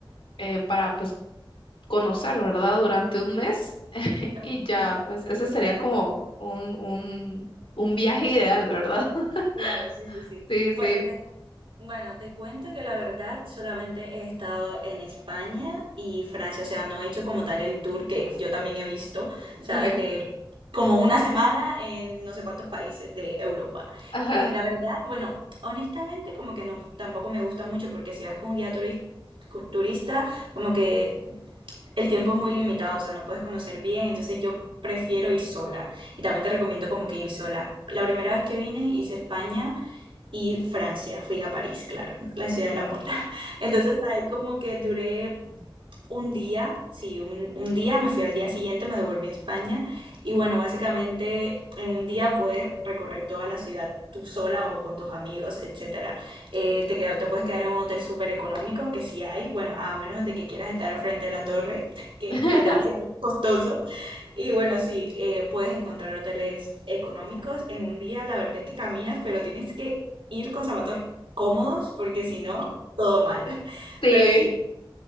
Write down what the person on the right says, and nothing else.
ok,
<laughs>
Claro, sí, sí, sí.
Bueno,
Bueno, te cuento que la verdad solamente he estado en España y Francia, o sea, no he hecho como tal el tour que yo también he visto, ¿sabes?
De como una semana en no sé cuántos países de Europa.
Eh, la verdad, bueno, honestamente como que no, tampoco me gusta mucho porque si vas con un guía turis- cu- turista, como que el tiempo es muy limitado, o sea, no puedes conocer bien, entonces yo prefiero ir sola. Y también te recomiendo como que ir sola. La primera vez que vine hice España y Francia, fui a París, claro, la ciudad del amor. <laughs> Entonces ahí como que duré un día, sí, un, un día, me fui al día siguiente, me devolví a España y bueno, básicamente en un día puedes recorrer toda la ciudad tú sola o con tus amigos, etcétera. Eh, te, queda- te puedes quedar en un hotel súper económico, que sí hay, bueno, a menos de que quieras estar al frente de la torre, <laughs> que
es demasiado costoso. Y bueno, sí, eh, puedes encontrar hoteles económicos. En un día la verdad es que caminas, pero tienes que ir con zapatos cómodos porque si no, todo mal. <laughs>
Pero sí,